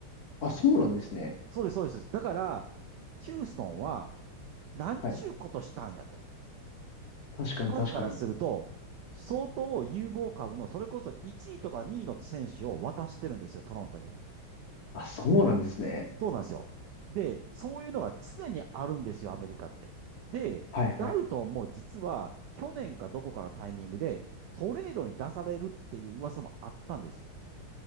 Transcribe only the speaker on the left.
あ、そうなんですね。
はい。確かに確かに。
あ、そうなんですね。
はいはい。